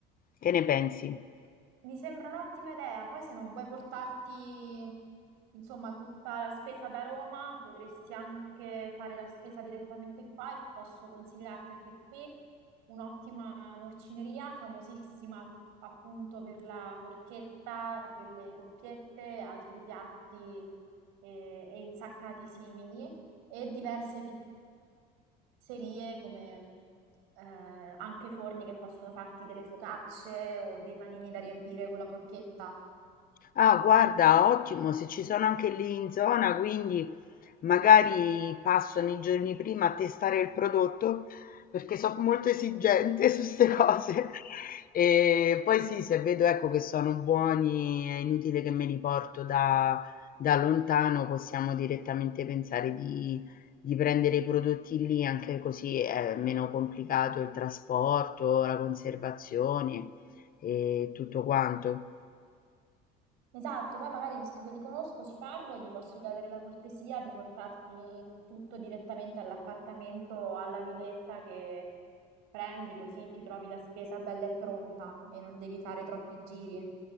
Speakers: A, on the left; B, on the right.
A: Che ne pensi?
B: Mi sembra un'ottima idea, poi se non vuoi portarti, insomma, tutta la spesa da Roma, potresti anche fare la spesa direttamente qua e posso consigliarti anche qui un'ottima norcineria famosissima appunto per la porchetta, per le coppiette, altri piatti eh, e insaccati simili e diverse pizzerie pizzerie come eh, anche forni che possono farti delle focacce o dei panini da riempire con la porchetta.
A: Ah, guarda, ottimo, se ci sono anche lì in zona, quindi magari passo nei giorni prima a testare il prodotto perché sono molto esigente <laughs> su queste cose. E poi sì, se vedo ecco che sono buoni, è inutile che me li porto da, da lontano, possiamo direttamente pensare di, di prendere i prodotti lì, anche così è meno complicato il trasporto, la conservazione e tutto quanto.
B: Esatto, poi magari visto che li conosco, ci parlo, gli posso chiedere la cortesia di portarti tutto direttamente all'appartamento o alla villetta che prendi, così ti trovi la spesa bella e pronta e non devi fare troppi giri.